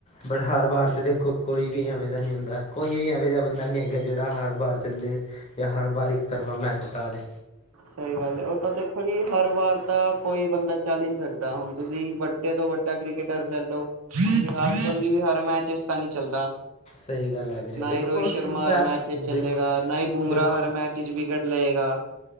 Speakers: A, on the left; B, on the right.
A: ਬਟ ਹਰ ਬਾਰ ਦੇਖੋ ਕੋਈ ਵੀ ਐਵੇਂ ਦਾ ਨੀ ਹੁੰਦਾ ਕੋਈ ਵੀ ਐਵੇਂ ਜਿਹਾ ਬੰਦਾ ਨੀ ਹੈਗਾ ਜਿਹੜਾ ਹਰ ਬਾਰ ਚੱਲੇ ਜਾਂ ਹਰ ਵਾਰ ਇੱਕ ਤਰਫਾ ਮੈਚ ਜਿਤਾ ਦੇ।
B: ਸਹੀ ਗੱਲ ਉਹ ਤਾਂ ਦੇਖੋ ਜੀ ਹਰ ਵਾਰ ਤਾਂ ਕੋਈ ਬੰਦਾ ਚੱਲ ਹੀ ਨੀ ਸਕ ਹੁਣ ਤੁਸੀਂ ਵੱਡੇ ਤੋਂ ਵੱਡਾ ਕ੍ਰਿਕਟਰ ਲਾਲੋ। ਵਿਰਾਟ ਕੋਹਲੀ ਵੀ ਹਰ ਮੈਚ ਇਚ ਤਾ ਨੀ ਚੱਲਦਾ।
A: ਸਹੀ ਗੱਲ ਹੈ ਵੀਰੇ
B: ਨਾ
A: ਦੇਖੋ
B: ਹੀ ਰੋਹਿਤ
A: ਉਹ
B: ਸ਼ਰਮਾ
A: ਫੈ
B: ਹਰ ਮੈਚ ਚਲੇਗਾ,
A: ਦੇਖੋ
B: ਨਾ ਹੀ ਬੁਮਰਾਹ
A: ਦੇਖੋ
B: ਹਰ ਮੈਚ ਚਿਰ ਵਿਕਟ ਲਏਗਾ।